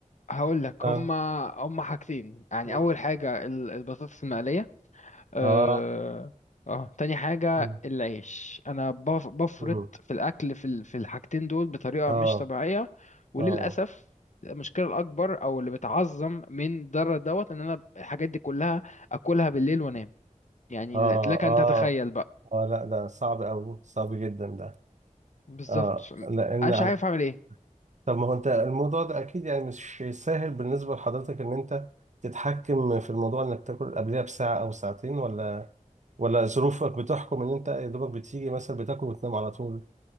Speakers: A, on the left (about 60°); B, on the right (about 60°).
A: هقول لك
B: اه
A: هما هما حاجتين يعني
B: مم.
A: اول حاجه ال- البطاطس المقليه اه
B: اه
A: اه تاني حاجه
B: مم.
A: العيش انا بف- بفرط
B: مم.
A: في الاكل في ال- في الحاجتين دول بطريقه
B: اه
A: مش طبيعيه وللاسف
B: اه
A: المشكله الاكبر او اللي بتعظم من ضرر دوت ان انا الحاجات دي كلها اكلها بالليل وانام يعني
B: اه
A: لك
B: اه
A: ان تتخيل بقى
B: اه لا ده صعب قوي صعب جدا ده
A: بالظبط
B: اه لان
A: انا مش
B: على
A: عارف اعمل ايه
B: طب ما هو انت الموضوع ده اكيد يعني مش سهل بالنسبه لحضرتك ان انت تتحكم في الموضوع انك تاكل قبلها بساعه او ساعتين ولا ولا ظروفك بتحكم ان انت يا دوبك بتيجي مثلا بتاكل وتنام على طول